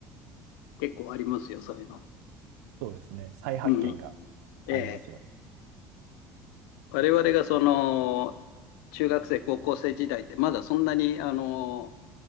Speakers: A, on the left (about 80°); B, on the right (about 85°).
A: 結構ありますよ、そういうの。
B: <laughs> そうですね。再発見が
A: うん。ええ。
B: ありますよね。
A: 我々がその、中学生、高校生時代って、まだそんなに、あの、